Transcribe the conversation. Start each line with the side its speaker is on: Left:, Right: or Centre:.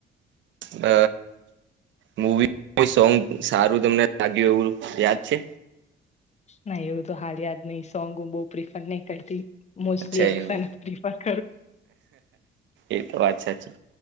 Right: હ. મૂવી સોંગ સારું તમને લાગ્યું એવું યાદ છે.
Left: ના એવું તો હાલ યાદ નહી સોંગું બહ પ્રિફર નહી કરતી મોસ્ટલી
Right: અચ્છા
Left: એશન
Right: એવું
Left: પ્રફર
Right: એ તો વાત સાચી